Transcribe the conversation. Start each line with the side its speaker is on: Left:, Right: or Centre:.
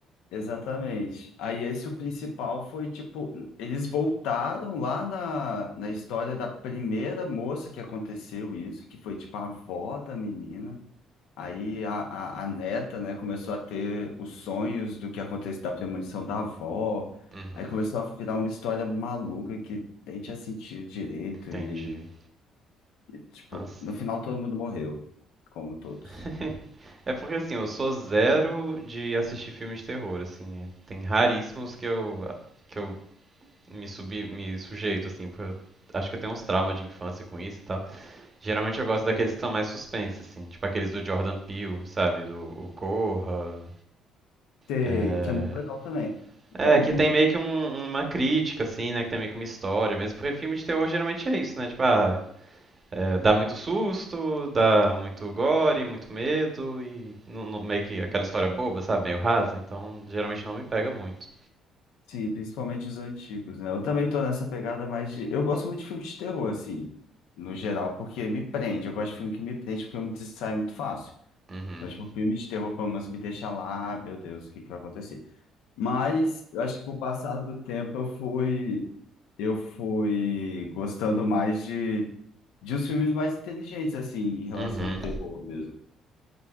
Left: Exatamente. Aí esse o principal foi tipo, eles voltaram lá na, na história da primeira moça que aconteceu isso, que foi tipo a avó da menina. Aí a, a, a neta, né, começou a ter os sonhos do que acontece da premonição da avó.
Right: Uhum,
Left: Aí começou a virar uma história maluca que nem tinha sentido direito
Right: entendi.
Left: e, e, tipo,
Right: Nossa.
Left: no final todo mundo morreu, como todos.
Right: <laughs> É porque assim, eu sou zero de assistir filmes de terror, assim. é, Tem raríssimos que eu que eu me subi, me sujeito, assim, porque eu acho que eu tenho uns traumas de infância com isso e tal. Geralmente eu gosto daqueles que são mais suspense, assim, tipo aqueles do Jordan Peele, sabe? Do o Corra.
Left: Sei,
Right: É...
Left: que é muito legal também. Então,
Right: é, que
Left: com,
Right: tem meio que um- uma crítica, assim, né? Que tem meio que uma história mesmo, porque filme de terror geralmente é isso, né? Tipo, ah, é, dá muito susto, dá muito gore, muito medo e não- não- meio que aquela história boba, sabe? Meio rasa, então geralmente não me pega muito.
Left: sim, principalmente os antigos, né? Eu também tô nessa pegada mais de... Eu gosto muito de filme de terror, assim, no geral, porque me prende. Eu gosto de filme que me prende porque eu me distraio muito fácil.
Right: Uhum.
Left: Então, tipo, filme de terror, pelo menos, me deixa lá, "Ah, meu Deus, o que que vai acontecer? Mas eu acho que com o passar do tempo eu fui eu fui gostando mais de, de uns filmes mais inteligentes assim em relação
Right: Uhum.
Left: ao terror mesmo.